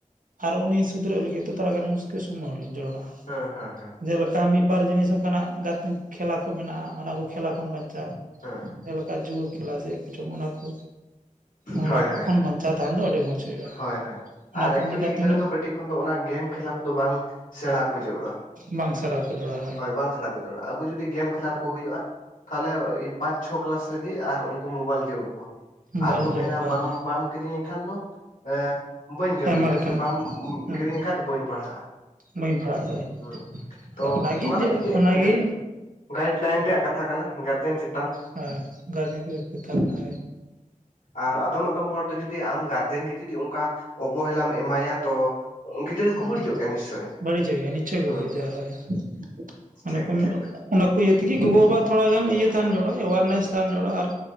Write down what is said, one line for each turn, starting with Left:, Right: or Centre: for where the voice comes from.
Right: ᱟᱨ ᱩᱱᱤ ᱥᱩᱫᱷᱨᱟᱹᱜ ᱞᱟᱹᱜᱤᱫ ᱫᱚ ᱛᱷᱚᱲᱟᱜᱟᱱ ᱢᱩᱥᱠᱤᱞ ᱥᱚᱢᱚᱭ ᱦᱚᱸ ᱡᱟᱹᱨᱩᱲᱟ᱾
Left: ᱦᱮᱸ ᱦᱮᱸ ᱦᱮᱸ᱾
Right: ᱡᱮᱞᱮᱠᱟ ᱢᱤᱜ ᱵᱟᱨ ᱡᱤᱱᱤᱥ ᱚᱱᱠᱟᱱᱟᱜ ᱜᱟᱛ ᱠᱷᱮᱞᱟ ᱠᱚ ᱢᱮᱱᱟᱜᱼᱟ ᱚᱱᱟ ᱠᱚ ᱠᱷᱮᱞᱟ ᱠᱷᱚᱱ ᱵᱟᱧᱪᱟᱣ,
Left: ᱦᱮᱸ
Right: ᱡᱮᱞᱮᱠᱟ ᱡᱩᱣᱟᱹ ᱠᱷᱮᱞᱟ ᱪᱮᱜ ᱠᱚ ᱪᱚᱝ ᱚᱱᱟ ᱠᱩ᱾ ᱚᱱᱟ
Left: ᱦᱳᱭ
Right: ᱠᱩ
Left: ᱦᱳᱭ
Right: ᱠᱷᱚᱱ
Left: ᱦᱮᱸ
Right: ᱵᱟᱧᱪᱟᱣ ᱛᱟᱦᱮᱱ ᱫᱚ ᱟᱹᱰᱤ ᱢᱚᱸᱡᱽ ᱦᱩᱭᱩᱜᱼᱟ᱾
Left: ᱦᱳᱭ ᱦᱳᱭ
Right: ᱚᱱᱟ
Left: ᱟᱨ
Right: ᱠᱚ
Left: ᱮᱠᱪᱩᱭᱞᱤ
Right: ᱞᱮᱠᱟ
Left: ᱜᱤᱫᱽᱨᱟᱹ
Right: ᱛᱤᱱᱟᱹᱜ
Left: ᱫᱚ ᱠᱟᱹᱴᱤᱡ ᱠᱷᱚᱱ ᱫᱚ ᱚᱱᱟ ᱜᱮᱢ ᱠᱷᱮᱞᱟ ᱠᱚᱫᱚ ᱵᱟᱝ ᱥᱮᱬᱟ ᱠᱚ ᱡᱟᱹᱨᱩᱲᱚᱼᱟ᱾
Right: ᱵᱟᱝ ᱥᱮᱬᱟ ᱠᱚ ᱡᱚᱲᱟ
Left: ᱦᱳᱭ ᱵᱟᱝ ᱥᱮᱬᱟ ᱠᱚ ᱡᱟᱹᱨᱩᱲᱚ, ᱟᱵᱩ ᱡᱩᱫᱤ ᱜᱮᱢ ᱠᱷᱮᱞᱟᱛ ᱠᱩ ᱦᱩᱭᱩᱜᱼᱟ ᱛᱟᱦᱞᱮ ᱤ ᱯᱟᱸᱪ ᱪᱷᱚ ᱠᱮᱞᱟᱥ ᱨᱮᱜᱤ ᱟᱨ ᱩᱱᱠᱩ ᱢᱳᱵᱟᱞ ᱡᱟᱲᱩᱲ ᱠᱩᱣᱟ᱾
Right: ᱵᱟᱹᱧ
Left: ᱟᱨᱠᱚ
Right: ᱡᱚᱲ
Left: ᱢᱮᱱᱟ
Right: ᱠᱚᱣᱟ
Left: ᱵᱟᱢ-ᱵᱟᱢ
Right: ᱦᱳᱭ
Left: ᱠᱤᱨᱤᱧᱤᱧ ᱠᱷᱟᱱ ᱫᱚ ᱮᱸ ᱵᱟᱹᱧ ᱠᱟᱹᱢᱤᱭᱟ
Right: ᱟᱭᱢᱟ ᱞᱮᱠᱟᱱᱟᱜ
Left: ᱥᱮ ᱵᱟᱢ
Right: ᱦᱮᱸ
Left: ᱠᱤᱨᱤᱧᱤᱧ ᱠᱷᱟᱡ ᱫᱚ ᱵᱟᱹᱧ ᱯᱟᱲᱦᱟᱜᱼᱟ᱾
Right: ᱵᱟᱹᱧ ᱯᱟᱲᱦᱟᱜᱼᱟ ᱦᱳᱭ
Left: ᱦᱩᱸ
Right: ᱟᱫᱚ
Left: ᱛᱚ
Right: ᱚᱱᱟᱜᱮ
Left: ᱚᱱᱟ
Right: ᱡᱮ
Left: ᱫᱚ ᱢᱤᱜᱴᱮᱡ
Right: ᱚᱱᱟᱜᱮ
Left: ᱜᱟ-ᱜᱟᱭᱤᱰ ᱞᱟᱭᱤᱱ ᱨᱮᱭᱟᱜ ᱠᱟᱛ ᱛᱷᱟ ᱠᱟᱱᱟ ᱜᱟᱨᱡᱮᱱ ᱪᱤ
Right: ᱦᱟ <unintelligible>
Left: ᱟᱨ ᱟᱫᱚᱢ ᱟᱫᱚᱢ ᱦᱚᱲ ᱫᱚ ᱡᱩᱫᱤ ᱟᱢ ᱜᱟᱨᱡᱮᱱ ᱜᱮ ᱡᱩᱫᱤ ᱚᱝᱠᱟ ᱚᱵᱚᱦᱮᱞᱟᱢ ᱮᱢᱟᱭᱟ ᱛᱚ ᱜᱤᱫᱽᱨᱟᱹ ᱫᱚᱠᱚ
Right: ᱩᱸ
Left: ᱵᱟᱹᱲᱤᱡᱚᱜ ᱜᱮᱭᱟ ᱱᱤᱥᱪᱳᱭ
Right: ᱵᱟᱹᱲᱤᱡᱚᱜ ᱜᱮᱭᱟᱭ, ᱱᱤᱪᱷᱚᱭ ᱠᱚ
Left: ᱦᱩᱸ
Right: ᱵᱟᱹᱲᱤᱡᱚᱜᱼᱟ
Left: ᱦᱩᱸ
Right: ᱦᱳᱭ ᱦᱳ᱾ ᱚᱱᱟ
Left: ᱴᱷᱤᱠ
Right: ᱠᱷᱚᱱ
Left: ᱴᱷᱤᱠ
Right: ᱚᱱᱟ ᱠᱚ ᱤᱭᱟᱹ ᱛᱮᱜᱤ ᱜᱚᱜᱚ ᱵᱟᱵᱟ ᱛᱷᱚᱲᱟ ᱜᱟᱱ ᱤᱭᱟᱹ ᱛᱟᱦᱮᱱ
Left: ᱦᱩᱸ
Right: ᱡᱟᱲᱩᱲᱟ ᱮᱣᱟᱨᱱᱮᱥ᱾
Left: ᱦᱩᱸ
Right: ᱛᱟᱦᱮᱱ <unintelligible> ᱟᱨ